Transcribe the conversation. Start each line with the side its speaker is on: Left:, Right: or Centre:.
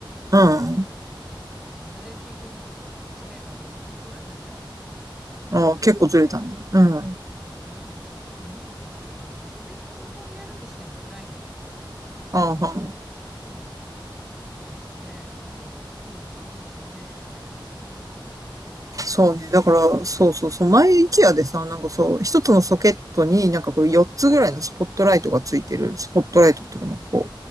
Centre: だから、
Right: うん。
Centre: なんかまあ、ずれ的にはさ、1メーター50センチぐらいずれちゃったのかな。
Right: ああ、
Centre: そうする
Right: 結構ずれたね。うん。
Centre: ちょっとなんかさ、なんかって感じだし、で、パソコンやるにしても暗いのよ。
Right: ああ、
Centre: うん。そう。で、なんか、いい、いい照明とかないかね。
Right: そうね。だから、そうそうそう。前、イケアでさ、なんかそう、一つのソケットになんかこう、4つぐらいのスポットライトがついてる。スポットライトっていうかなんかこ